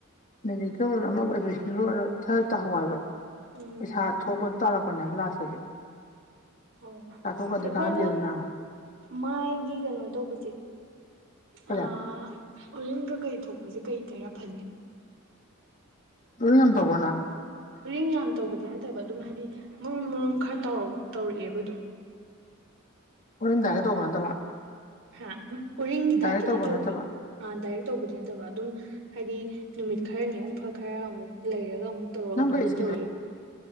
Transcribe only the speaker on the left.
ꯃꯦꯖꯤꯀꯦꯜ ꯑꯣꯏꯔꯣ ꯑꯃꯐꯕꯨ ꯑꯦꯕꯦꯁꯟꯕꯨ ꯑꯣꯏꯔꯣ ꯊꯔ ꯇꯥꯍꯧ ꯍꯥꯏꯕ
ꯄꯩꯁꯥ ꯊꯣꯛꯄꯗꯨ ꯇꯥꯔꯛꯄꯅꯦꯕ ꯂꯥꯁꯇꯗꯤ
ꯄꯩꯁꯥ ꯊꯣꯛꯀꯗꯤ
ꯀꯥꯟꯅꯗꯦꯗꯅ
ꯐꯔꯦ
ꯎꯔꯤꯡ ꯌꯥꯝ ꯇꯦꯕ꯭ꯔꯣ ꯅꯪ
ꯍꯣꯏꯝꯗꯥꯏꯒ ꯇꯧꯕ ꯅꯠꯇꯕ
ꯗꯥꯏꯔꯦꯛ
ꯅꯠꯇꯕ
ꯅꯪ
ꯀꯩ ꯏꯁꯀꯤꯟ